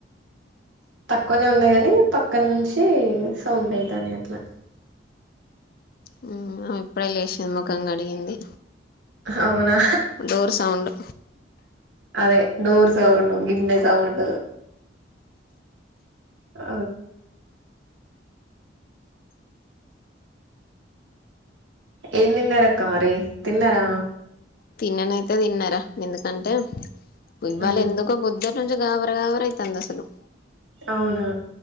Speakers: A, on the right; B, on the left.
A: తక్కువనే ఉన్నాయి కాని పక్కన నుంచి సౌండ్ అయితానే అట్లా
B: హ్మ్ ఇప్పుడే లేచి ముఖం కడిగింది
A: అవునా
B: డోర్ సౌండు
A: అదే డోర్ సౌండ్ గిన్నె సౌండ్ ఆ ఏం తిన్నారక్క మరి తిన్నారా
B: తిన్నానయితే తిన్నారా ఎందుకంటే ఇవాళ
A: ఉమ్
B: ఎందుకో పొద్ధు కొంచెం గాభరాగాభర అయితంది అసలు
A: అవునా